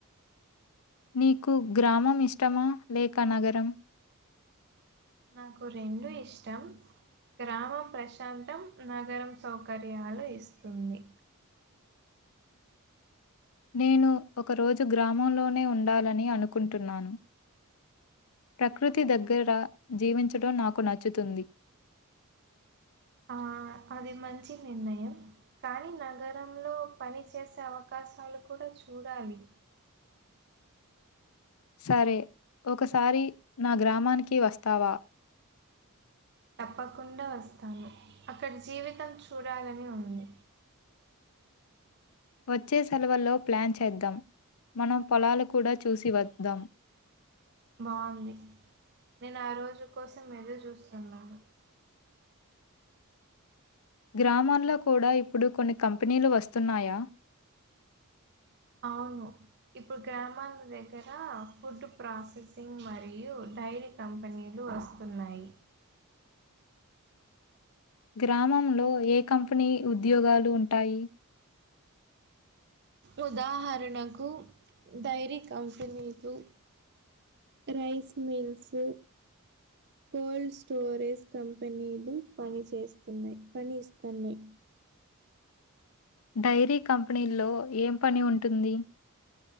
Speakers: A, on the left (about 70°); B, on the right (about 50°).
A: నీకు గ్రామం ఇష్టమా లేక నగరం
B: నాకు రెండు ఇష్టం గ్రామం ప్రశాంతం నగరం సౌకర్యాలు ఇస్తుంది
A: నేను ఒకరోజు గ్రామంలోనే ఉండాలని అనుకుంటున్నాను ప్రకృతి దగ్గర జీవించడం నాకు నచ్చుతుంది
B: ఆ అది మంచి నిర్ణయం కానీ నగరంలో పని చేసే అవకాశాలు కూడా చూడాలి
A: సరే ఒకసారి నా గ్రామానికి వస్తావా
B: తప్పకుండా వస్తాము. అక్కడి జీవితం చూడాలని ఉంది.
A: వచ్చే సెలవుల్లో ప్లాన్ చేద్దాం. మనం పొలాలు కూడా చూసి వద్దాం.
B: బాగుంది నేను ఆ రోజు కోసం ఏదురు చూస్తున్నాను.
A: గ్రామాల్లో కూడా ఇప్పుడు కొన్ని కంపెనీలు వస్తున్నాయా
B: అవును ఇప్పుడు గ్రామాల దగ్గర ఫుడ్ ప్రాసెసింగ్ మరియు డైరీ కంపెనీలు వస్తున్నాయి.
A: గ్రామంలో ఏ కంపెనీ ఉద్యోగాలు ఉంటాయి.
B: ఉదాహరణకు డైరీ కంపెనీలు రైస్ మిల్స్, కోల్డ్ స్టోరేజ్ కంపెనీలు పని చేేస్తున్నాయి పని ఇస్తున్నాయి.
A: డైరీ కంపెనీల్లో ఏం పని ఉంటుంది.